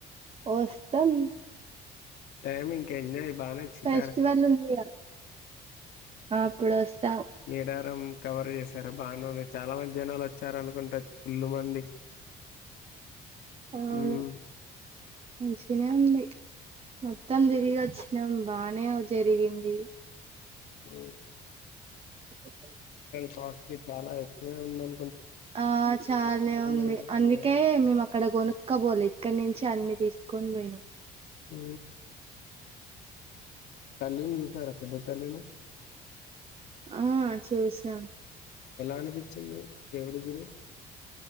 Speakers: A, on the right; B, on the left.
A: వస్తాం.
B: టైమింగ్ ఎంజాయ్ బానే చికారు
A: ఫెస్టివల్ ఉందిగా అప్పుడు వస్తాం
B: మీడ. కవర్ చేస్తూ. సరే బానే ఉంది చాలా మంది జనాలు వచ్చారు అనుకుంటారు ఫుల్ మంది.
A: అవును
B: ఉమ్
A: మంచిగానే ఉంది. మొత్తం తిరిగి వచ్చినాం బానే జరిగింది.
B: హ్మ్మ్
A: <inaudible>
B: కోస్టలి చాలా ఎక్కువే ఉందం
A: ఆ చాలే ఉంది
B: అయిపోతుంది
A: అందుకే మేము అక్కడ గొన్నకపోలే ఇక్కడ నుంచి అన్ని తీసుకొని పోయినం
B: అ తల్లిని చూశారా పెద్ద తల్లిని
A: ఆ చూసినాం
B: ఎలా అనిపిచ్చింది దేవుడి గుడి